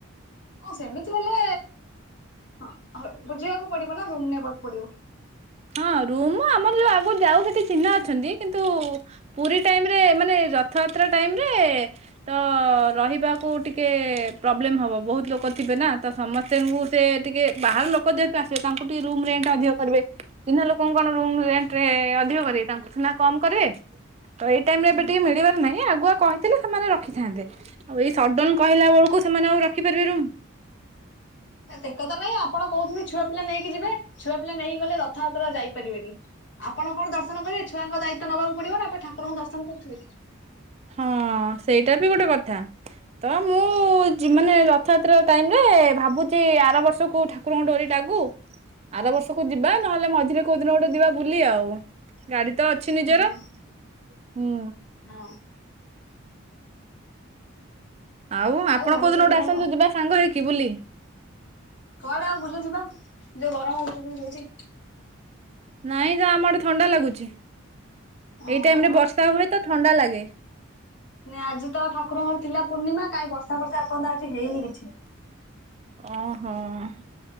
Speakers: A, on the left; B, on the right.
A: ହଁ ସେମିତି ହେଲେ ବୁଝିବାକୁ ପଡିବ ନା ରୁମ୍ ନେବାକୁ ପଡିବ।
B: ହଁ ରୁମ ଆମର ଯୋଉ ଆଗରୁ ଯାଉ ସେଠି ଚିହ୍ନା ଅଛନ୍ତି କିନ୍ତୁ ପୁରୀ ଟାଇମରେ ମାନେ ରଥଯାତ୍ରା ଟାଇମରେ ତ-ଅ-ଅ ରହିବାକୁ ଟିକେ ପ୍ରୋବ୍ଲେମ ହବ ବହୁତ ଲୋକ ଥିବେ ନା ତ ସମସ୍ତଙ୍କୁ ସେ ଟିକେ ବାହାର ଲୋକ ଯେହେତୁ ଆସିବେ ତାଙ୍କୁ ଟିକେ ରୁମ ରେଣ୍ଟ ଅଧିକ କରିବେ। ଚିହ୍ନା ଲୋକଙ୍କୁ କଣ ରୁମ୍ ରେଣ୍ଟ-ଏ-ଏ ଅଧିକ କରିବେ ତାଙ୍କୁ ସିନା କମ୍ କରିବେ। ତ ଏଇ ଟାଇମରେ ଏବେ ଟିକେ ମିଳିବାର ନାହିଁ ଆଗୁଆ କହିଥିଲେ ସେମାନେ ରଖିଥାନ୍ତେ। ଆଉ ଏଇ ସଡନ କହିଲା ବେଳକୁ ସେମାନେ ଆଉ ରଖିପାରିବେ ରୁମ୍?
A: ଏ ତେକଥା ନାଇଁ ଆପଣ କହୁଛନ୍ତି ଛୁଆପିଲା ନେଇକି ଯିବେ ଛୁଆପିଲା ନେଇକି ଗଲେ ରଥଯାତ୍ରା ଯାଇପାରିବେନି। ଆପଣ କଣ ଦର୍ଶନ କରିବେ, ଛୁଆଙ୍କ ଦାୟିତ୍ୱ ନବାକୁ ପଡିବ ନା, ଆପଣ ଠାକୁରଙ୍କୁ ଦର୍ଶନ କରୁଥିବେ।
B: ହଁ-ଅ-ଅ ସେଇଟା ବି ଗୋଟେ କଥା। ତ ମୁଁ-ଉ-ଉ-ଉ ଯିମ୍ ମାନେ ରଥଯାତ୍ରା ଟାଇମ୍ ରେ ଭାବୁଛି-ଇ ଆର ବର୍ଷକୁ ଠା କୁରଙ୍କ ଡୋରି ଲାଗୁ। ଆର ବର୍ଷକୁ ଯିବା ନହେଲେ ମଝିରେ କୋଉ ଦିନ ଗୋଟେ ଯିବା ବୁଲି ଆଉ, ଗାଡି ତ ଅଛି ନିଜର
A: ହୁଁ
B: ହୁଁ।
A: ହଁ।
B: ଆଉ ଆପଣ
A: ଘରେ
B: କୋଉ
A: ସବୁ
B: ଦିନ ଗୋଟେ
A: ଭଲ
B: ଆସନ୍ତୁ ଯିବା ସାଙ୍ଗ ହେଇକି ବୁଲି?
A: କୁଆଡେ ଆଉ ବୁଲି ଯିବା ଯୋଉ ଗରମ ଗୁଳୁଗୁଳି ହୋଉଚି।
B: ନାଇଁ ତ ଆମ ଆଡେ ଥଣ୍ଡା ଲାଗୁଛି,
A: ଓହୋ
B: ଏଇ ଟାଇମ୍ ରେ ବର୍ଷା ହୁଏ ତ ଥଣ୍ଡା ଲାଗେ।
A: ନାଇଁ ଆଜି ତ ଠାକୁରଙ୍କର ଥିଲା ପୂର୍ଣ୍ଣିମା କାହିଁ ବର୍ଷା ବର୍ଷା ଏପର୍ଯ୍ୟନ୍ତ ତ ଆଜି ହେଇନି କିଛି।
B: ଓହୋଃ,